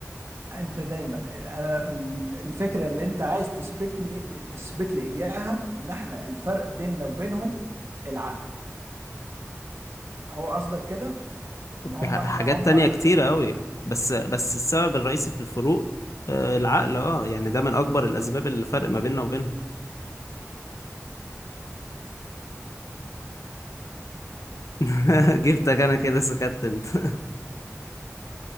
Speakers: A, on the right; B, on the left.
A: انت دايما انا ال- الفكره اللي انت عايز تثبتني تثبت لي اياها ان احنا الفرق بيننا وبينهم العقل هو قصدك كده
B: وفي
A: ما هم
B: ح-
A: احنا
B: حاجات
A: هم
B: تانية
A: اه
B: كتيرة أوي بس بس السبب الرئيسي في الفروق آه، العقل اه يعني ده من أكبر الأسباب اللي فرق ما بيننا وبينهم <laughs> جبتك أنا كده سكت أنت <laughs>